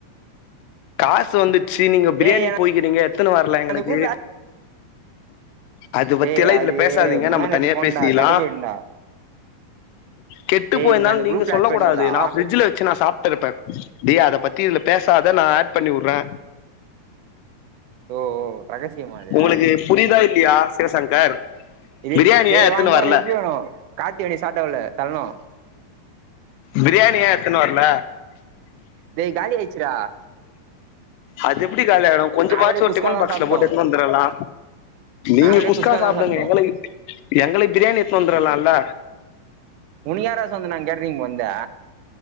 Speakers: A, on the left; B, on the right.
A: காசு வந்துட்சி நீங்க பிரியாணி
B: டேய் என
A: போய்கிறீங்க எத்துனு வரல எங்களுக்கு
B: அந்த குரூப்ல
A: அது பத்திலா
B: டேய் அது
A: இதுல பேசாதீங்க
B: முந்தா
A: நம்ம
B: நேத்து
A: தனியா
B: போனேன்டா
A: பேசிக்லா
B: கெட்டு போயிட்டேன்டா
A: கெட்டு
B: டேய்
A: போயிருந்தாலு
B: நீ அந்த
A: நீங்க
B: குரூப்ல
A: சொல்ல
B: ஆட் பண்ணி
A: கூடாது
B: வுட்றா
A: நா பிரிட்ஜ்ல வெச்சு நா சாப்டிருப்பே இருப்பே டேய் பேசாத நான் ஆட் பண்ணி உட்றே
B: ஓ ஓ ரகசியமா இது
A: உங்களுக்கு புரியுதா இல்லையா சிவசங்கர்
B: எ
A: பிரியாணியே
B: டேய் வா
A: எத்துன்னு
B: இங்க
A: வரல
B: வா எல்பியனோ கார்த்தி வண்டி ஸ்டாட் ஆவ்ல தள்னோ
A: பிரியாணி எயா எத்துனு வர்ல
B: டேய் காலி ஆயிட்சிடா
A: அது எப்டி காலியாயிடு கொஞ்சமாச்சி
B: நாங்களே
A: ஒரு
B: குஸ்கா
A: டிஃபன்
B: தா
A: பாக்ஸ்ல
B: சாப்ட்டோ
A: போட்டு எத்னு வந்துருக்கலா நீங்க
B: நாங்களே
A: குஸ்கா சாப்புடுங்க
B: தா சாப்ட்டோ
A: எங்களுக் எங்களுக்கு பிரியாணி எத்தனு வந்துருக்கலாம்ல
B: உனுக்கு யார்ரா சொன்னது நாங் கேட்றீங் போன்த